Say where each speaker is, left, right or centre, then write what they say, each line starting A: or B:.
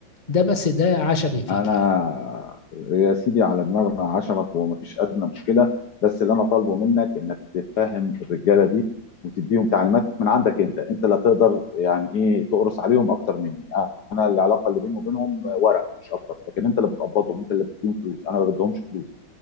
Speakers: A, on the left; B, on the left.
A: ده بس ده عشمي فيك
B: انا
A: يعني
B: يا سيدي على دماغنا عشمك ومفيش ادنى مشكله بس اللي انا طالبه منك انك تفهم الرجاله دي وتديهم تعليمات من عندك انت انت لا تقدر يعني ايه تقرص عليهم اكتر مني انا العلاقه اللي بيني وبينهم ورق مش اكتر لكن انت اللي بتقبضهم انت اللي بتديهم فلوس انا ما بديهمش فلوس